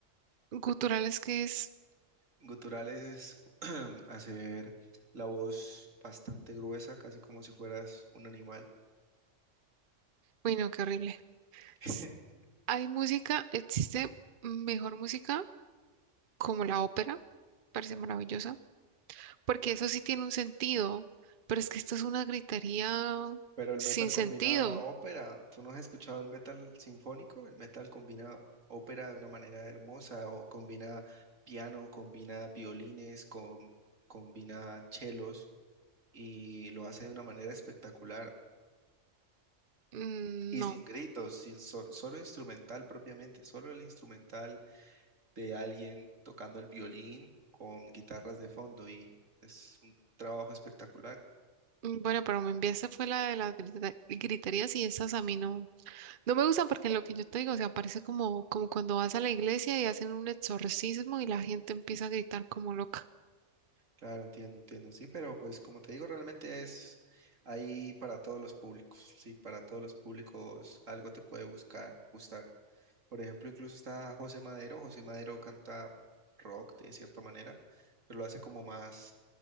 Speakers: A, on the right (about 50°); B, on the right (about 85°).
A: gutural es que es,
B: Guturales es <clears throat> hacer la voz bastante gruesa, casi como si fueras un animal.
A: uy no qué horrible.
B: <laughs>
A: S- Hay música, existe mejor música como la ópera, parece maravillosa, porque eso sí tiene un sentido, pero es que esto es una gritería
B: Pero el
A: sin
B: metal
A: sentido.
B: combina ópera. ¿Tú no has escuchado el metal sinfónico? El metal combina ópera de una manera hermosa o combina piano, combina violines, com- combina chelos y lo hace de una manera espectacular
A: Mm,
B: y
A: No.
B: sin gritos, sin so- solo instrumental propiamente, solo el instrumental de alguien tocando el violín con guitarras de fondo y es un trabajo espectacular.
A: Mm, Bueno, pero me enviaste fue la de las grita- griterías y esas a mí no, no me gustan porque lo que yo te digo, o sea, parece como, como cuando vas a la iglesia y hacen un exorcismo y la gente empieza a gritar como loca.
B: Claro, entiendo, entiendo, sí, pero pues como te digo, realmente es ahí para todos los públicos, sí, para todos los públicos algo te puede buscar, gustar. Por ejemplo, incluso está José Madero, José Madero canta rock de cierta manera, pero lo hace como más,